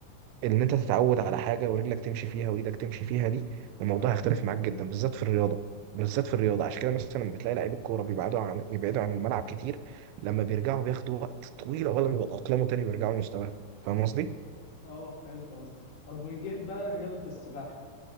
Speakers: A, on the right; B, on the left.
A: ان انت تتعود على حاجه ورجلك تمشي فيها وايدك تمشي فيها دي الموضوع هيختلف معاك جدا بالذات في الرياضه بالذات في الرياضه عشان كده مثلا لما بتلاقي لعيب الكوره بيبعدوا عن بيبعدوا عن الملعب كتير لما بيرجعوا بياخدوا وقت طويل عقبال ما يتاقلموا تاني ويرجعوا لمستواهم فاهم قصدي؟
B: اه فهمت قصدك طب من جهة بقى رياضة السباحة